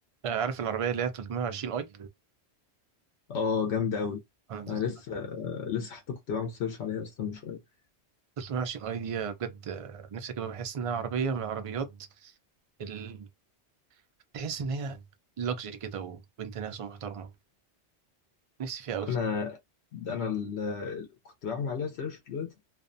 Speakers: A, on the right; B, on the left.
A: آه، عارف العربية اللي هي 320 اي
B: اه جامدة أوي
A: انا
B: أنا
A: مم.
B: لسه لسه حتى كنت بعمل سيرش عليها أصلا من شوية
A: 320 اي دي بجد آه، نفسي اجيبها بحس انها عربية من العربيات ال... تحس ان هي لوكسجري كده وبنت ناس ومحترمة نفسي فيها قوي
B: أنا ده أنا ال... كنت بعمل عليها سيرش دلوقتي